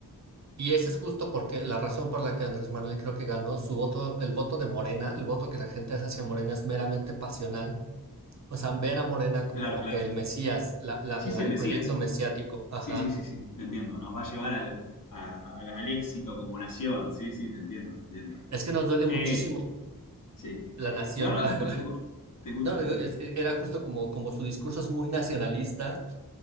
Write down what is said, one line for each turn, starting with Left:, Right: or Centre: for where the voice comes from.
Right: Y esa es justo porque la razón por la que Andrés Manuel creo que ganó su voto, el voto de Morena, el voto que la gente hace hacia Morena es meramente pasional. O sea, ven a Morena como
Left: Claro, claro.
Right: el Mesías, la, la,
Left: Sí,
Right: la-
Left: sí, el
Right: el
Left: Mesías.
Right: proyecto mesiático. Ajá.
Left: Sí, sí, sí, sí, te entiendo. Nos va a llevar al, a- al- al éxito como nación. Sí, sí, te entiendo, te entiendo.
Right: Es que nos duele muchísimo
Left: Che, sí.
Right: la nación.
Left: No, no,
Right: <laughs>
Left: te escucho, te escucho. Te escucho,
Right: No,
Left: te
Right: digo,
Left: escucho.
Right: es- e, era justo como, como su discurso es muy nacionalista.